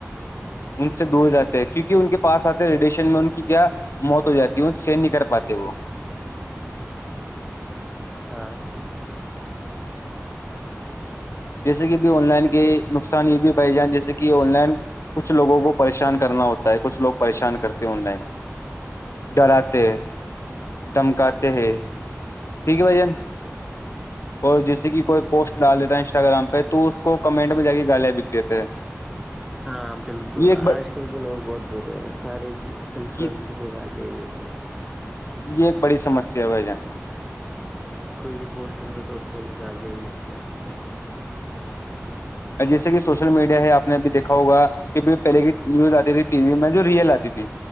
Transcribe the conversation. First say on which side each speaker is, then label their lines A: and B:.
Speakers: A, on the left (about 60°); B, in the centre.
A: ان سے دور جاتے ہیں کیونکہ ان کے پاس آتے ہیں ریڈیشن میں ان کی کیا موت ہو جاتی ہے سین نہیں کر پاتے وہ
B: ہاں
A: جیسے کہ ابھی آن لائن کے نقصان یہ بھی بائی جائ جیسے کہ آن لائن کچھ لوگوں کو پریشان کرنا ہوتا ہے کچھ لوگ پریشان کرتے آن لائن ڈراتے دھمکاتے ہیں ٹھیک ہے بھائین اور جیسے کہ کوئی پوسٹ ڈال دیتا ہے انسٹاگرام پہ تو اس کو کمنٹ میں جا کے گالے بک دیتے ہیں
B: ہاں بالکل
A: یہ ایک
B: آج کل کے لوگ بہت برے ہیں سارےفلنس
A: یہ
B: وہوگال جے ہی دیتے ہیں
A: یہ ایک بڑی سمسیا وجہ
B: کوئی بھی پوسٹ کرو تو اس پہ گالیاں ہی ملتی ہیںا
A: جیسے کہ سوشل میڈیا ہے آپ نے بھی دیکھا ہوگا کی پہلے کی نیوز آتی تھی ٹی وی میں جو ریئل آتی تھی